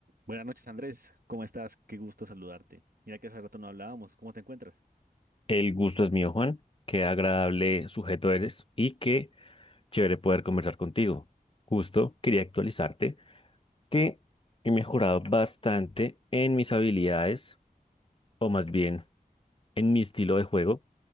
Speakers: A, on the right; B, on the left.
A: Buenas noches, Andrés. ¿Cómo estás? Qué gusto saludarte. Mira que hace rato no hablábamos. ¿Cómo te encuentras?
B: El gusto es mío, Juan. Qué agradable sujeto eres y qué chévere poder conversar contigo. Justo quería actualizarte que he mejorado bastante en mis habilidades, o más bien en mi estilo de juego